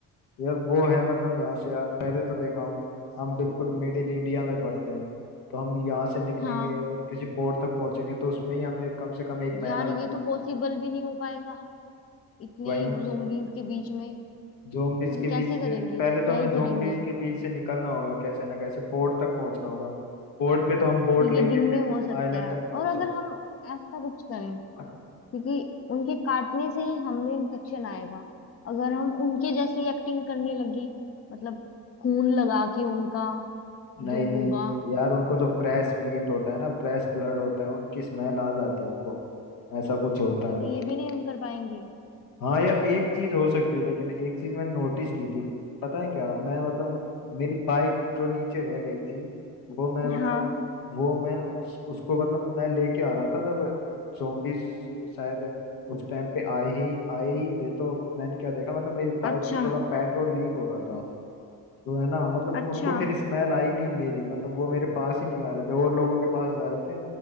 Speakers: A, on the left; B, on the left.
A: यार वो है मतलब यहाँ से यार पहले तो देखा हूँ हम बिल्कुल मिडिल इंडिया में पड़ते हैं तो हम यहाँ से निकलेंगे
B: हाँ
A: और किसी पोर्ट तक पहुंचेंगे तो उसमें ही हमें कम से कम एक महीना
B: यार
A: लगेगा
B: ये तो पॉसिबल भी नहीं हो पाएगा इतने
A: वही ना
B: ज़ोंबीज के बीच में
A: जोम्बिस
B: हम
A: के बीच
B: कैसे
A: से
B: करेंगे
A: पहले तो
B: क्या
A: हमें
B: ही करेंगे
A: जोम्बिस के बीच से निकलना होगा कैसे ना कैसे पोर्ट तक पहुंचना होगा पोर्ट पे तो हम बोट
B: तो
A: लेके
B: ये दिन
A: फिर
B: में हो सकता
A: आइलैंड
B: है
A: तक पहुंच
B: और अगर
A: सकते
B: हम ऐसा कुछ करें
A: हैं
B: क्योंकि उनके काटने से ही हमें इन्फेक्शन आएगा अगर हम उनके जैसी एक्टिंग करने लगे मतलब खून लगा के उनका
A: नहीं
B: जो
A: नहीं
B: होगा
A: यार उनको जो फ्रेश मीट होता है ना फ्रेश ब्लड होता है उनकी स्मेल आ जाती है उनको ऐसा कुछ होता है
B: तो ये भी नहीं हम कर पाएंगे
A: हाँ यार एक चीज हो सकती है लेकिन एक चीज मैंने नोटिस की थी पता है क्या मैं मतलब मेरी बाइक जो नीचे रह गई थी वो मैं मतलब
B: हाँ
A: वो मैं उस, उसको मतलब मैं लेके आ रहा था जब zombies शायद उस टाइम पे आए ही आए ही थे तो मैंने क्या देखा मतलब मेरी बाइक
B: अच्छा
A: से थोड़ा पेट्रोल लीक हो रहा था तो है ना मतलब
B: अच्छा
A: उनको फिर स्मेल आई नहीं मेरी मतलब वो मेरे पास ही नहीं आ रहे थे और लोगों के पास जा रहे थे